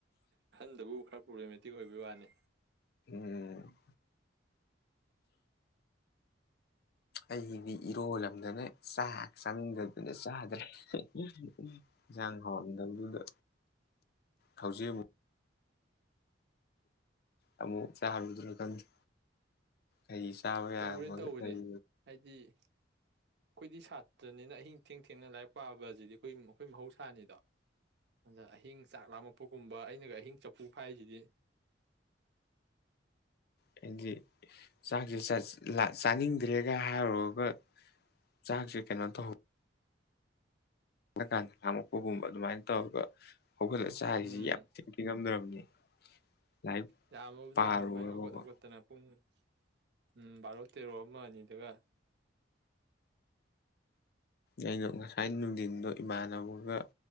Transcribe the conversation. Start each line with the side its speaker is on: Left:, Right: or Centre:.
Right: ꯑꯍꯟꯗꯕꯨ ꯈꯔ ꯄ꯭ꯔꯣꯕ꯭ꯂꯦꯝꯃꯦꯇꯤꯛ ꯑꯣꯏꯕꯩ ꯋꯥꯅꯤ
Left: ꯎꯝ ꯑꯩꯗꯤ ꯏꯔꯣꯜꯂꯝꯗꯅ ꯆꯥꯛ ꯆꯥꯅꯤꯡꯗꯕ ꯑꯗ ꯆꯥꯗ꯭ꯔꯦ ꯏꯟꯁꯥꯡ ꯍꯥꯎꯔꯝꯗꯕꯗꯨꯗ ꯍꯧꯖꯤꯛ ꯑꯃꯨꯛ ꯑꯃꯨꯛ ꯆꯥꯔꯨꯗꯣꯏꯔ ꯈꯪꯗꯦ ꯑꯩꯩ ꯆꯥꯕ ꯌꯥꯕ
Right: ꯇꯧꯕꯅꯤ ꯇꯧꯕꯅꯤ
Left: ꯀꯩ
Right: ꯍꯥꯏꯗꯤ ꯑꯩꯈꯣꯏꯗꯤ ꯁꯥꯇ꯭ꯔꯅꯤꯅ ꯑꯍꯤꯡ ꯊꯦꯡ ꯊꯦꯡꯅ ꯂꯥꯏꯔꯤꯛ ꯄꯥꯕꯁꯤꯗꯤ ꯑꯩꯈꯣꯏ ꯑꯩꯈꯣꯏ ꯃꯍꯧꯁꯥꯅꯤꯗꯣ ꯑꯗ ꯑꯍꯤꯡ ꯆꯥꯛ ꯂꯥꯝꯃꯛꯛꯄꯒꯨꯝꯕ ꯑꯩꯅꯒ ꯑꯍꯤꯡ ꯆꯐꯨ ꯐꯥꯛꯏꯁꯤꯗꯤ
Left: ꯍꯥꯏꯗꯤ ꯆꯥꯛꯁꯦ ꯆꯥꯅꯤꯡꯗ꯭ꯔꯦꯒ ꯍꯥꯏꯔꯨꯔꯒ ꯆꯥꯛꯁꯦ ꯀꯩꯅꯣ ꯇꯧ ꯊꯦꯉꯀꯥꯟꯗ ꯂꯥꯝꯃꯛꯄꯒꯨꯝꯕ ꯑꯗꯨꯃꯥꯏꯅ ꯇꯧꯔꯒ ꯍꯧꯒꯠꯂ ꯆꯥꯔꯤꯁꯤ
Right: ꯎꯝ
Left: ꯌꯥꯝ ꯊꯤꯉꯝ ꯉꯝꯗ꯭ꯔꯕꯅꯤ ꯂꯥꯏ
Right: ꯌꯥꯝꯃꯕꯖꯥꯠꯅꯤ
Left: ꯄꯥꯔꯨꯔꯒꯀꯣ
Right: ꯑꯗꯨꯃꯥꯏꯅ ꯍꯧꯒꯠ ꯍꯧꯒꯠꯇꯅ ꯄꯨꯡ ꯎꯝ ꯚꯥꯔꯣ ꯇꯔꯣ ꯑꯃ ꯑꯅꯤꯗꯒ
Left: ꯑꯩꯒ ꯉꯁꯥꯏ ꯅꯨꯡꯊꯤꯟꯗꯣ ꯏꯃꯥꯟꯅꯕꯒ